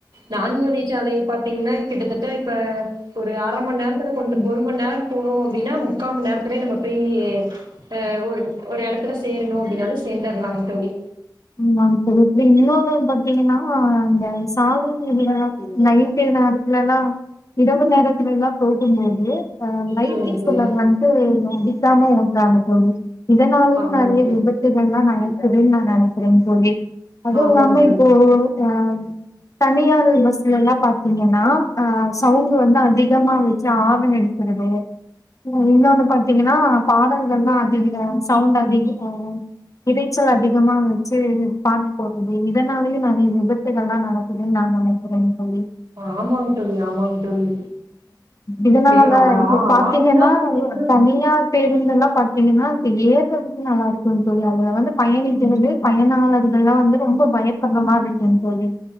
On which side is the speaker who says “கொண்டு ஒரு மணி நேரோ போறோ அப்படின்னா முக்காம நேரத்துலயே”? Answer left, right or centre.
Right